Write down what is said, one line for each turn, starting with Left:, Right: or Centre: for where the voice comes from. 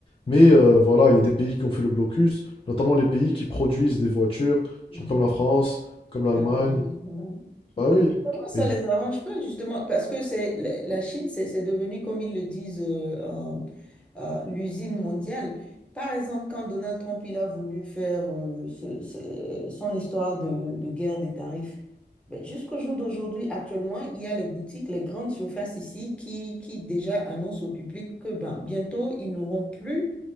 Left: Mais euh, voilà, il y a des pays qui ont fait le blocus, notamment les pays qui produisent des voitures,
Centre: Mhm.
Left: genre comme la France, comme l'Allemagne.
Centre: Allemagne, ouais.
Left: Bah
Centre: Bah,
Left: oui.
Centre: Comment ça
Left: Et du
Centre: les
Left: coup,
Centre: arrange pas, justement, parce que c'est la la Chine, c'est c'est devenu, comme ils le disent, euh, euh, euh, l'usine mondiale. Par exemple, quand Donald Trump il a voulu faire euh, ce- ce- son histoire de, de guerre des tarifs, ben, jusqu'au jour d'aujourd'hui, actuellement, il y a les boutiques, les grandes surfaces ici qui, qui déjà annoncent au public que ben, bientôt, ils n'auront plus